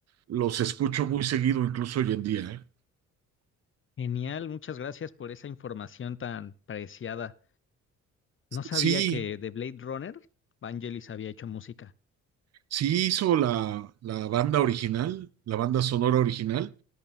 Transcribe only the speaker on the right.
los escucho muy seguido, incluso hoy en día, ¿eh?
Sí,
sí hizo la, la banda original, la banda sonora original,